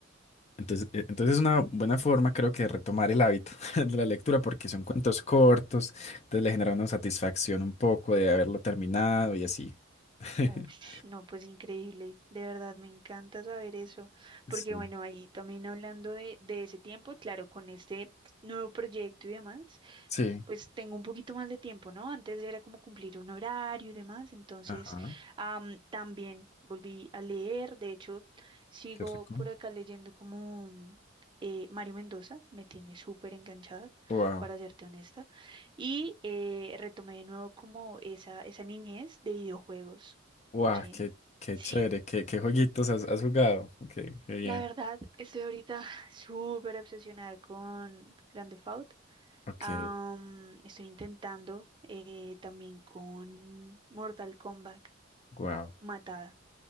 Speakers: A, on the left; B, on the right.
A: Entonces, eh, entonces es una buena forma creo que de retomar el hábito <laughs> de la lectura porque son cuentos cortos, entonces le genera una satisfacción un poco de haberlo terminado y así. <laughs>
B: Ush, no, pues increíble. De verdad, me encanta saber eso.
A: Sí.
B: Porque bueno, ahí también hablando de, de ese tiempo, claro, con este nuevo proyecto y demás.
A: Sí,
B: pues tengo un poquito más de tiempo, ¿no? Antes era como cumplir un horario y demás, entonces
A: ajá,
B: am, también volví a leer, de hecho sigo
A: qué rico.
B: por acá leyendo como mm, eh, Mario Mendoza, me tiene súper enganchada,
A: Wow,
B: para serte honesta, y eh, retomé de nuevo como esa, esa niñez de videojuegos,
A: wow,
B: ¿sí?
A: qué, qué
B: Sí,
A: chévere, qué, qué jueguitos has, has jugado. Ok, qué bien.
B: la verdad, estoy ahorita <laughs> súper obsesionada con Grand Theft Auto.
A: Ok,
B: Am, estoy intentando eh, también con Mortal Kombat,
A: wow.
B: Matada.